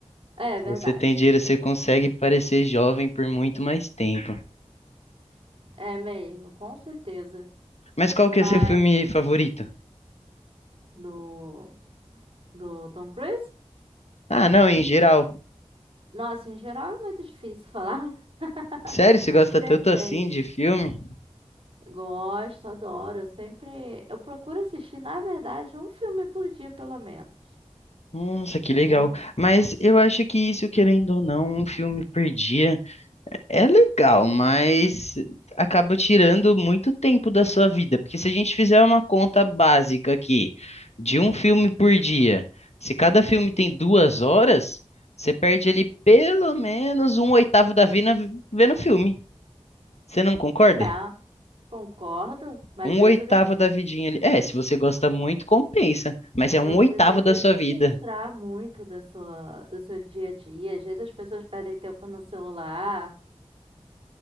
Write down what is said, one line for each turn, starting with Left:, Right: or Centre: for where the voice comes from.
Right: É
Left: Se você
Right: verdade.
Left: tem dinheiro, você consegue parecer jovem por muito mais tempo.
Right: É mesmo, com certeza.
Left: Mas qual
Right: Mas
Left: que é seu filme favorito?
Right: no do Tom Cruise?
Left: Ah, não, em geral.
Right: Nossa, em geral é muito difícil falar. <laughs>
Left: Sério, você gosta
Right: Depende.
Left: tanto assim de filme?
Right: Gosto, adoro. Eu sempre. Eu procuro assistir, na verdade, um filme por dia, pelo menos.
Left: Nossa, que
Right: Então,
Left: legal. Mas eu acho que isso, querendo ou não, um filme perdia. É legal, mas acaba tirando muito tempo da sua vida, porque se a gente fizer uma conta básica aqui de um filme por dia, se cada filme tem duas horas, você perde ali pelo menos um oitavo da vida vendo filme. Você não concorda?
Right: é, concordo, mas
Left: Um
Right: aí
Left: oitavo
Right: você tem que,
Left: da vidinha ali. É, se você gosta muito, compensa, mas é
Right: você
Left: um oitavo
Right: tem que
Left: da
Right: administrar
Left: sua vida.
Right: muito da sua, do seu dia a dia. Às vezes as pessoas perdem tempo no celular,